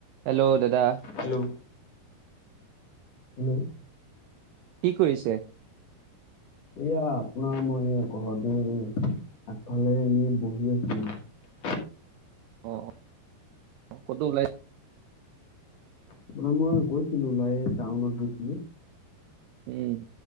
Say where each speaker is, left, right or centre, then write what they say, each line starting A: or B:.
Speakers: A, on the right; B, on the left.
A: হেল্ল', দাদা
B: হেল্ল' হেল্ল',
A: কি কৰিছে?
B: এয়া আপোনাৰ মই এই ঘৰতেই আগফালে এনেই বহি আছিলোঁ।
A: অ', ফটো ওলাই
B: আপোনাৰ মই গৈছিলো ওলাই, এই টাউনত গৈছিলোঁ।
A: উম,